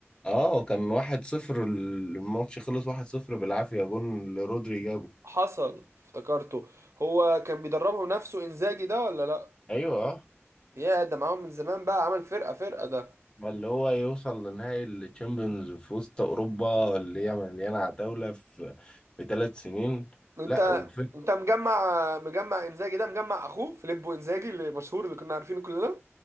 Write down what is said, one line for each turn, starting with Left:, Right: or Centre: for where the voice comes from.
Left: اه كان واحد صفر الماتش خلص واحد صفر بالعافيه جون لرودري جابه
Right: حصل افتكرته هو كان بيدربهم نفسه انزاجي ده ولا لا؟
Left: ايوه اه
Right: يا ده معاهم من زمان بقى عمل فرقة فرقة ده
Left: اللي هو يوصل لنهائي الشامبيونز في وسط اوروبا اللي هي مليانه عتاوله في في ثلاث سنين
Right: انت
Left: لا وفي
Right: انت مجمع مجمع انزاجي ده مجمع اخوه فيليبو انزاجي اللي مشهور اللي كنا عارفينه كلنا